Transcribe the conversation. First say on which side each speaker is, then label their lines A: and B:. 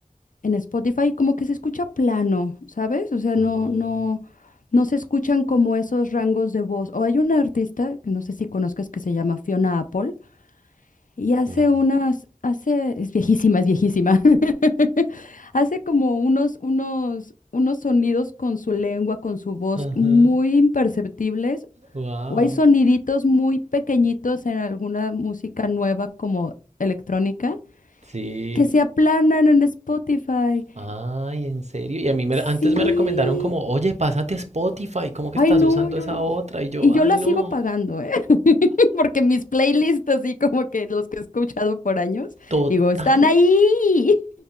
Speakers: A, on the left; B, on the right.
A: en Spotify como que se escucha plano, ¿sabes? O sea,
B: onda,
A: no, no, no se escuchan como esos rangos de voz. O hay una artista que no sé si conozcas que se llama Fiona Apple y hace
B: no,
A: unas, hace, es viejísima, es viejísima. <laughs> Hace como unos, unos, unos sonidos con su lengua, con su voz
B: ajá,
A: muy imperceptibles
B: wow,
A: O hay soniditos muy pequeñitos en alguna música nueva como electrónica
B: sí.
A: que se aplanan en Spotify.
B: Ay, en serio. Y a mí me-
A: Sí.
B: antes me recomendaron como, oye, pásate a Spotify, ¿cómo que
A: Ay,
B: estás
A: no,
B: usando
A: yo...
B: esa otra? Y yo,
A: Y yo
B: ay,
A: la
B: no,
A: sigo pagando, ¿eh? <laughs> Porque mis playlists, así como que los que he escuchado por años,
B: total.
A: digo, están ahí.